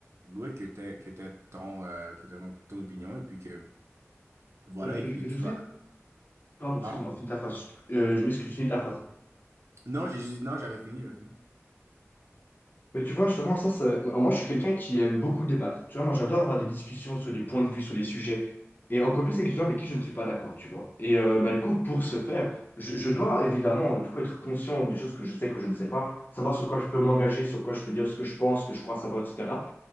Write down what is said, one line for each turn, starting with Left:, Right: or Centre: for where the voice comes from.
Right: ouais, que t'aies, que t'aies ton, euh, que t'aies ton, ton opinion et puis que, voilà,
Left: Je,
Right: et
Left: je,
Right: que puis
Left: je
Right: tu
Left: sais.
Right: vas...
Left: Pardon,
Right: Pardon?
Left: excuse-moi, finis ta phrase. Euh, je m'excuse, finis ta phrase.
Right: Non, j'ai, juste- non, j'avais fini, j'avais fini.
Left: Mais tu vois, justement, ça, ça- moi, je suis quelqu'un qui aime beaucoup débattre. Tu vois, moi, j'adore avoir des discussions sur les points de vue, sur les sujets. Et encore plus avec les gens avec qui je ne suis pas d'accord, tu vois. Et euh,
Right: Cool.
Left: bah, du coup, pour ce faire, je, je dois évidemment, euh, du coup, être conscient des choses que je sais, que je ne sais pas, savoir sur quoi je peux m'engager, sur quoi je peux dire ce que je pense, ce que je crois savoir, etc.